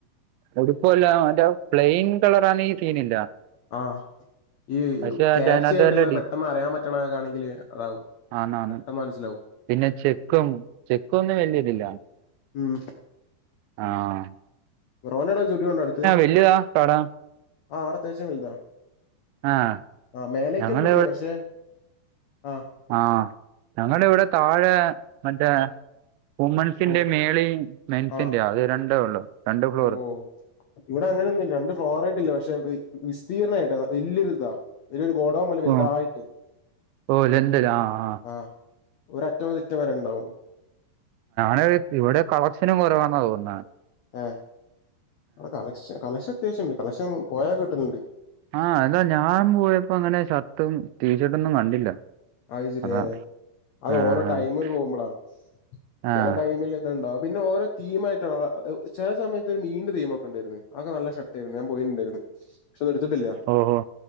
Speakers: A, on the right; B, on the left.
A: എടുപ്പല്ല മറ്റ പ്ലെയിൻ കളറ ആന്ന ഈ സീനില്ല
B: ആ ഈ
A: പക്ഷെ മറ്റേ
B: ക്യാച്ച്
A: അതിനകത്ത്
B: ആയിട്ടുള്ളത്
A: വല്ല
B: പെട്ടെന്ന് അറിയാൻ പറ്റണക്കൊണെങ്കിൽ അതാവും
A: ആന്നാണ്
B: പെട്ടെന്ന് മനസ്സിലാവും
A: പിന്നെ ചെക്കും ചെക്കും ഒന്നും വലിയതില്ലാണ്
B: ഉം
A: ആഹ
B: ബ്രോ നു അവിടെ സ്റ്റുഡിയോ അടുത്ത്
A: വല്യതാ കട
B: ആ് അവിടത്യാവശ്യം വലുതാ
A: ആഹ്
B: ആ മേലേക്കൊന്നുംല്ല
A: ഞങ്ങള
B: പക്ഷെ ആഹ്
A: ആഹ ഞങ്ങളുടെ ഇവിടെ താഴെ മറ്റേ വുമൻസിന്റെ
B: ഓ
A: മേളി മെൻസിന്റെ
B: ആ
A: അത് രണ്ടേ ഉള്ളു രണ്ട് ഫ്ലോറ്
B: ഓ ഇവിടെ അങ്ങനെയൊന്നുഇല്ല രണ്ട് ഫ്ലോർ ആയിട്ടില്ല പക്ഷെ വിസ്തീർണമായിട്ട് വല്ലരുതാ വലിയൊരു ഗോഡൗൺ പോലെ വലുതായിട്ട്
A: ഓ ഓ ലണ്ടൻ ആ ആഹ്
B: ആ ഒരറ്റ ചെറ്റം വരെ ഉണ്ടാവും
A: ഞൻ ഇവിടെ കളക്ഷനും കുറവാ ന്നാ തോന്നുന്ന
B: ഏ നടെ കളക്ഷൻ അത്യാവശ്യംണ്ട് കളക്ഷൻ പോയാൽ കിട്ടലുണ്ട്
A: ആഹ അതാ ഞാൻ പോയപ്പോ അങ്ങനെ ഷർട്ടും ടീഷർട്ടൊന്നും കണ്ടില്ല
B: ആശരിയാ
A: അതാ
B: അത്
A: ആഹ് ആഹ്
B: ഓരോ ടൈമില് പോകുമ്പളാ
A: ആഹ്
B: ചില ടൈമില് ഇണ്ടും പിന്നെ ഓരോ തീമായിയിട്ട ചില സയത്ത് ഒരു മീണ്ട തീമ ഒക്കെ ഉണ്ടായിരുന്നു ആക്കെ നല്ല ഷർട്ട്‌ ആായിരുന്നു ഞാൻ പോയിട്ടുണ്ടായിരുന്നു പക്ഷെ ഒ എടുത്തിട്ടില്ല
A: ഓഹോ